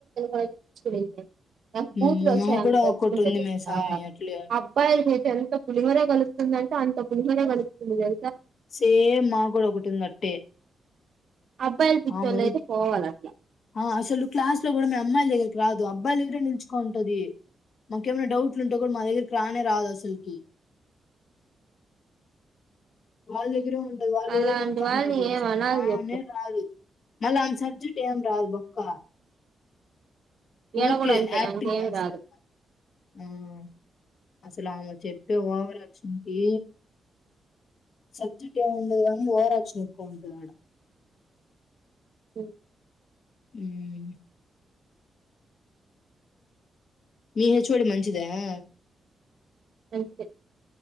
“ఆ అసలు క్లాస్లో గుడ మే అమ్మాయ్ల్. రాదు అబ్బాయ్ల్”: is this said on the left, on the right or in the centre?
Left